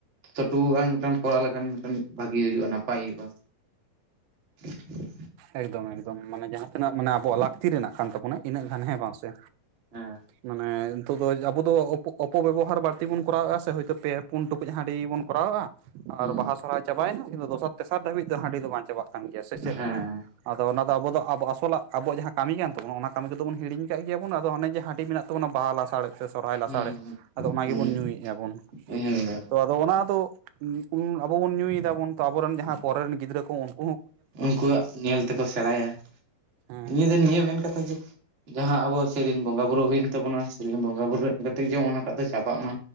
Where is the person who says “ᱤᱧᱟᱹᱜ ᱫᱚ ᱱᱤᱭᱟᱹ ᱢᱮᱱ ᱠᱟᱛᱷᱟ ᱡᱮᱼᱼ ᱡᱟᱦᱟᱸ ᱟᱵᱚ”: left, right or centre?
Right